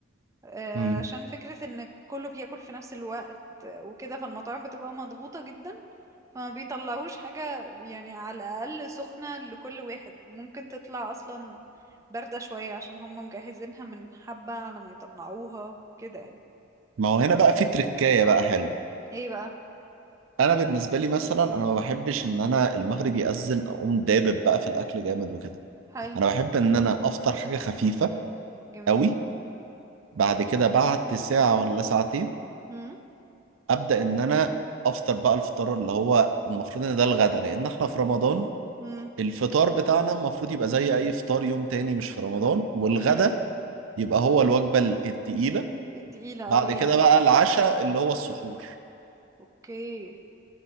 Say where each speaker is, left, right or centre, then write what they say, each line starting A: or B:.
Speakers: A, on the right; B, on the right.
A: آه،
B: مم.
A: عشان فكرة ان كله بياكل في نفس الوقت وكده فالمطاعم بتبقى مضغوطة جدا فما بيطلعوش حاجة يعني على الأقل سخنة لكل واحد ممكن تطلع أصلا باردة شوية عشان هم مجهزينها من حبة على ما يطلعوها كده يعني
B: ما هو هنا بقى في تركاية بقى حلوة
A: ايه بقى
B: أنا بالنسبة لي مثلا أنا ما بحبش إن أنا المغرب يأذن أقوم دابب بقى في الأكل جامد وكده
A: حلو
B: أنا بحب إن أنا أفطر حاجة خفيفة
A: جميل
B: قوي بعد كده بعد ساعة ولا ساعتين
A: هم
B: ابدا ان انا افطر بقى الفطار اللي هو المفروض ان ده الغدا لان احنا في رمضان
A: هم
B: الفطار بتاعنا المفروض يبقى زي اي فطار يوم تاني مش في رمضان والغدا
A: هم
B: يبقى هو الوجبه ال- التقيله
A: التقيلة
B: بعد
A: اه يعني
B: كده بقى العشاء اللي هو السحور
A: اوكي